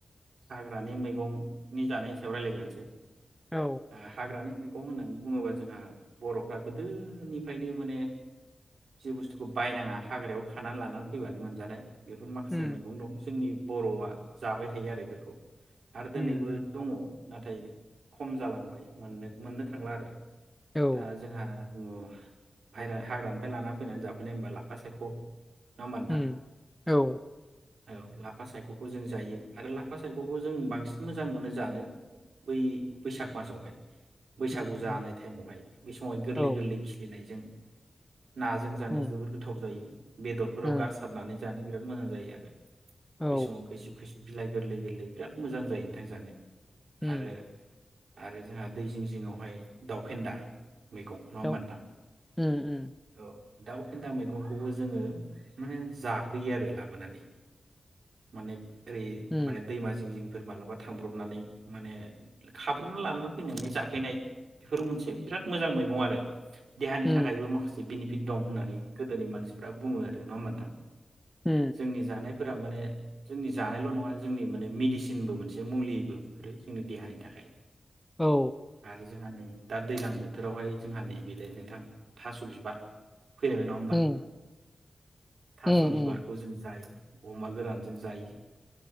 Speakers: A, on the right; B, in the centre.
A: हाग्रानि मैगंनि जानायनि सायाव रायलायग्रोनसै।
B: औ
A: ओ हाग्रानि मैगं होननानै बुङोबा जोंहा बर'फ्रा गोदोनिफ्रायनो माने जि बुस्थुखौ बायनाङा हाग्रायाव खानानै लानानै फैबानो मोनजानाय। बेफोर माखासे
B: उम
A: मैगं दं जोंनि बर'आ जाबाय थायो आरो एफोरखौ। आरो दोनैबो
B: उम उम
A: दङ नाथाय खम जालांबाय। मोननो मोननो थांला आरो
B: औ
A: दा जोंहा अ बायरा हाग्रानिफ्राय लाना फैनानै जाफैनाय होमबा लाफा सायख' होमबा नोंथां
B: उम, औ
A: औ लाफा सायख'खौ जों जायो आरो लाफा सायख'खौ जों बांसिन मोजां मोनो जानो बै बैसाग मासावहाय। बैसागु
B: उम
A: जानाय टाइमावहाय बे समावहाय गोरलै
B: औ
A: गोरलै खिलिनायजों नाजों जानो
B: उम
A: जोबोर गोथाव जायो। बेदरफोराव
B: उम
A: गारसारनानै जानो बिराद मोजां जायो आरो
B: औ
A: बै समाव खैसिब खैसिब बिलाइ गोरलै-गोरलै बिराद मोजां जायो नोंथां जानो।
B: उम
A: आरो आरो जोंहा दै जिं जिंङावहाय दावफेन्दा मैगं नङा होमबा
B: दाउ
A: नोंथां?
B: उम उम
A: औ दाउ फेन्दा मैगंखौबो जोङो माने जाफैयो आरो लाबोनानै माने ओरै
B: उम
A: माने दैमा जिं जिं फोर मालाबा थांब्रबनानै माने खाब्रबना लानानै फैनानै जाफैनाय बेफोर मोनसे बिराद मोजां मैगं आरो देहानि
B: उम
A: थाखायबो माखासे पिट दं होननानै गोदोनि मानसिफ्रा बुङो आरो नङा होनबा नोंथां?
B: उम
A: जोंनि जानायफोरा माने जोंनि जानायल' नङा जोंनि माने मेडिसिनबो मोनसे मुलिबो बेफोरो जोंनि देहानि थाखाय।
B: औ
A: आरो जोंहा नै दा दैज्लां बोथोरावहाय जोंहा नै बेलाय नोंथां थास' बिबार <inaudible> फैलायबाय नङा होमबा?
B: उम
A: थास'
B: उम
A: बिबारखौ
B: उम
A: जों जायो। अमा गोरानजों जायो,